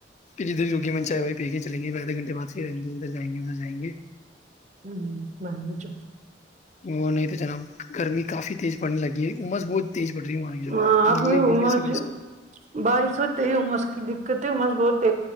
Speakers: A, on the left; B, on the right.
A: کہ جدھر جوگی من چائے وہی پی کے چلیں گے آدھے گھنٹے بعد پ رہیں گے ادھر جائیں گے ادھر جائیں گے
B: ہ مانو چ
A: وہ نہیں تو جناب گرمی کافی تیز بڑنے لگی ا عمس بہت تیز پڑ رہی ہے وہاں کی چلو
B: ہاں
A: آپ
B: اب
A: گیلے
B: بھیس
A: گیلے سے
B: بارش ہوتے ہےمس کی دقت ہےس بہت <unintelligible>